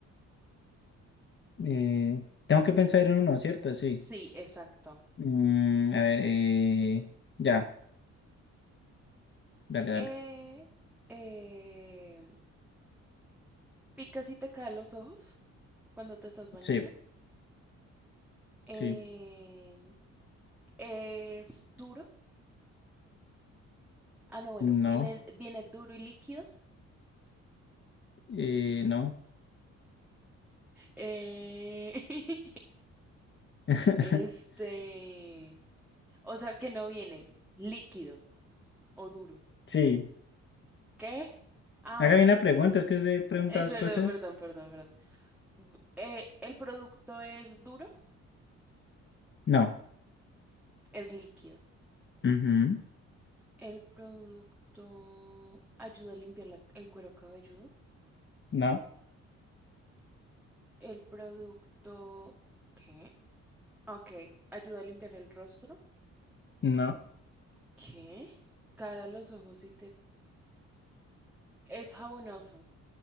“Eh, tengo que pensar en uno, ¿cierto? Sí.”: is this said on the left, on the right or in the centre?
Left